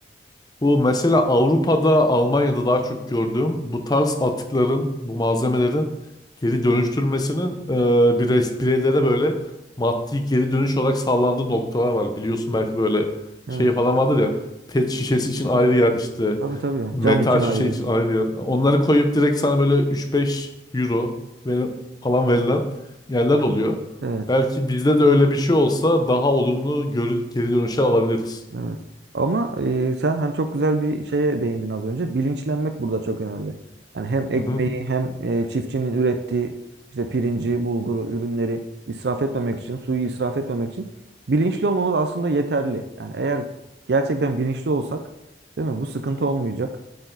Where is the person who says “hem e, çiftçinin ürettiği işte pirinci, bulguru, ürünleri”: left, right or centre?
Right